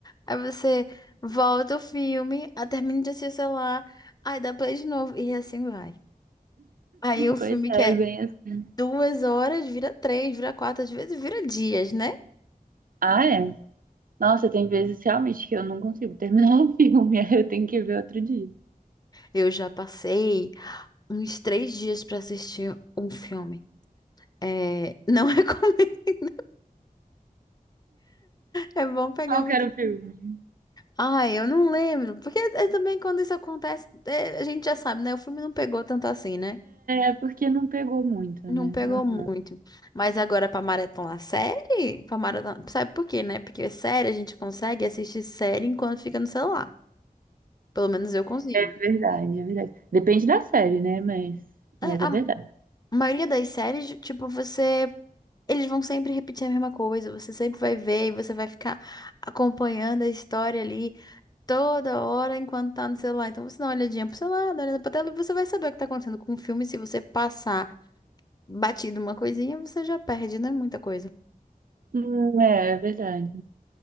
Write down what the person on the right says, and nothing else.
Pois
é,
bem assim.
Ah, é? Nossa, tem vezes realmente que eu não consigo terminar o filme, <laughs> aí eu tenho que ver outro dia.
Qual
que
era o filme?
É, porque não pegou muito,
né?
Aham.
Verdade, é verdade. Depende da série, né? Mas,
mas é
verdade.
Hum, é, é verdade.